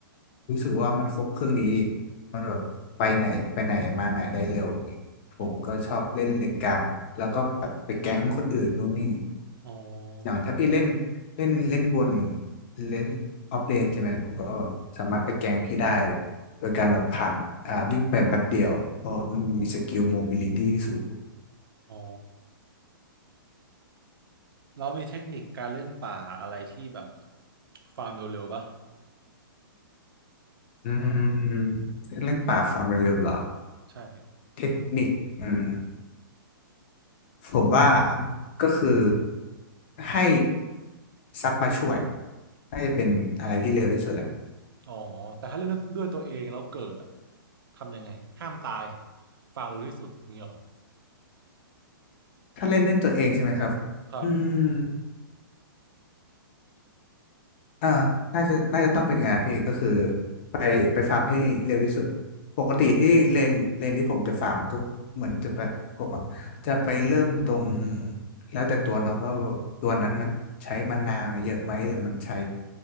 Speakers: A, on the left (about 30°); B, on the right (about 80°).
A: รู้สึกว่ามันครบเครื่องดีมันแบบไปไหนไปไหนมาไหนได้เร็วผมก็ชอบเล่นเลนกลางแล้วก็แบบไปแก๊งคนอื่นนู่นนี่
B: อ๋ออ๋อ
A: อย่างถ้าพี่เล่นเล่นเล่นบน
B: ครับ
A: เล่นออฟเลนใช่ไหมผมก็แบบสามารถไปแกงพี่ได้โดยการแบบผ่านอ่าวิ่งไปแป๊บเดียวเพราะมันมีสกิลโมบิลิตี้สูง
B: อ๋อเรามีเทคนิคการเล่นป่าอะไรที่แบบฟาร์มเร็วๆป่ะ
A: อืมอืมอืมเล่นป่าฟาร์มเร็วๆเหรอ
B: ใช่
A: เทคนิคอืม ผมว่าก็คือให้ซับมาช่วยน่าจะเป็นอะไรที่เร็วที่สุดแหละ
B: อ๋อแต่ถ้าเล่นด้วยตัวเองแล้วเกิดอะทำยังไงห้ามตายฟาร์มเร็วที่สุดนี่หรอ
A: ถ้าเล่นด้วยตัวเองใช่ไหมครับ
B: ครับ
A: อืม อ่าน่าจะน่าจะต้องเป็นไงานพี่ก็คือ ไปไปฟาร์มให้เร็วที่สุดปกติที่เลนเลนที่ผมจะฟาร์มก็เหมือนจะไปผมอะจะไปเริ่มตรงแล้วแต่ตัวเนาะว่าตัวนั้นมันใช้มะนาวเยอะไหมหรือมันใช้